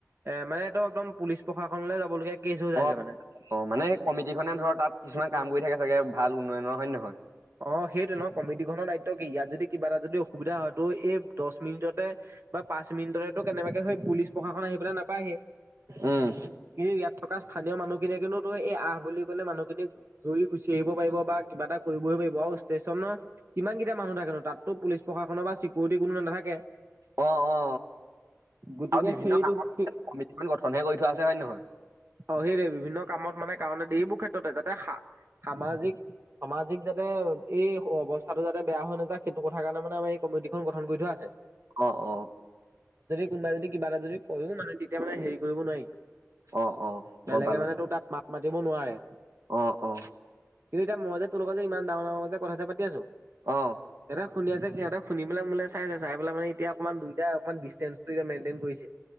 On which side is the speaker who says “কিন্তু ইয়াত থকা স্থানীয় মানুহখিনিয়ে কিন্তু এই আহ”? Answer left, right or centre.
Right